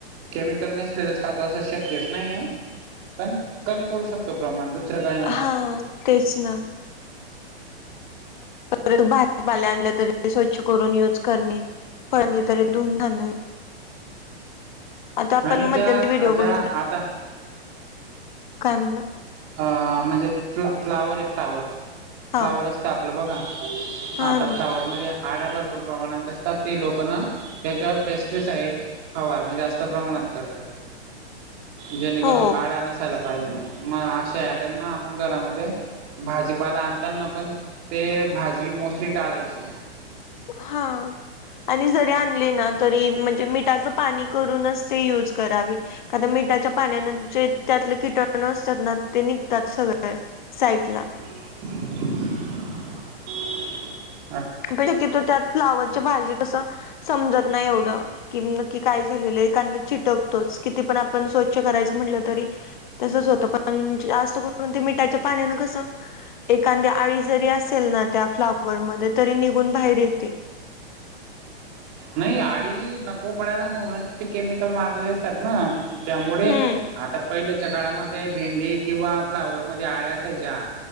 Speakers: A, on the right; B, on the left.
A: केमिकल नेसलेलंच खातो असं शक्यच नाही आहे. पण कमी करू शकतो प्रमाण दुसरं काही नाही
B: हा तेच ना. परत बाहेर भाजीपाला आणल्या तरी स्वच्छ करून युज करणे. फळ आणली तरी धुऊन खाणे. आता आपण
A: आणि
B: मध्येती
A: ज्या
B: ते व्हिडिओ
A: ज्या
B: बघितलं
A: आता
B: काय म्हंटला?
A: अ म्हणजे फ्ला फ्लावर आहे. फ्लावर
B: हा
A: फ्लावर असत आपलं बघा
B: हा
A: आता
B: ना
A: फ्लावर मध्ये आळ्या भरपूर प्रमाणात असतात. ते लोक ना त्याच्यावर पेस्टिसाईड फवारणी जास्त प्रमाणात करतात. जेणेकरून
B: हो
A: आळ्या नसायला पाहिजे, म्हणून मग अशे आयटम ना आपण घरामध्ये भाजीपाला आणताना पण ते भाजी मोस्टली टाळायची.
B: हा आणि जरी आणले ना तरी म्हणजे मिठाचं पाणी करूनच ते यूज करावी. का त मीठाच्या पाण्यान जे त्यातले कीटणु असतात. ना ते निघतात सगळे साईटला
A: <inaudible>
B: शक्यतो त्यात फ्लावरच्या भाजीत कसं समजत नाही. एवढं कि नक्की काय झालेलं एखादं चिटक तोच किती पण आपण स्वच्छ करायच म्हणलं तरी तसंच होतं पण जास्त करून परंतु मिठाच्या पाण्यान कसं एखांदि आळी जरी असेल ना त्या फ्लावरमध्ये तरी निघून बाहेर येते.
A: नाही आळी नको पडायला म्हणूनच ते केमिकल मारले असतात. ना त्यामुडे
B: हम्म
A: आता पहिल्याच्या काळामध्ये भेंडी किंवा फ्लावर मध्ये आळ्या असायच्या.